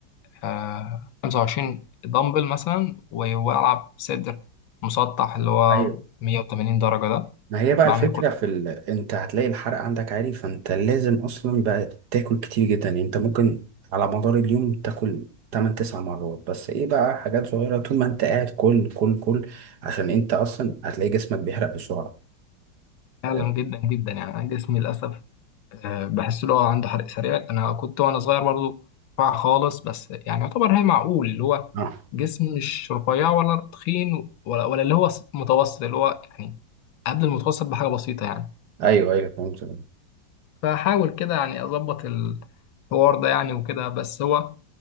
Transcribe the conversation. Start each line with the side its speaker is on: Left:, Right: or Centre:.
Left: آه 25 دمبل مثلا و- والعب صدر مسطح اللي هو
Right: أيوة
Left: 180 درجة ده
Right: ما هي
Left: بعمل
Right: بقى الفكرة
Left: كورس
Right: في ال... انت هتلاقي الحرق عندك عالي فانت لازم اصلا بقى تاكل كتير جدا يعني انت ممكن على مدار اليوم تاكل 8 9 مرات بس ايه بقى حاجات صغيرة طول ما انت قاعد كل كل كل عشان انت اصلا هتلاقي جسمك بيحرق بسرعة
Left: فعلا
Right: اه
Left: جدا جدا يعني انا جسمي للاسف آه بحس اللي هو عنده حرق سريع انا كنت وانا صغير برضو رفيع خالص بس يعني يعتبر هي معقول اللي هو
Right: آه.
Left: جسم مش رفيع ولا تخين ولا ولا اللي هو متوسط اللي هو يعني قبل المتوسط بحاجة بسيطة يعني
Right: ايوه ايوه فهمت
Left: فحاول كده يعني اظبط الحوار ده يعني وكده بس هو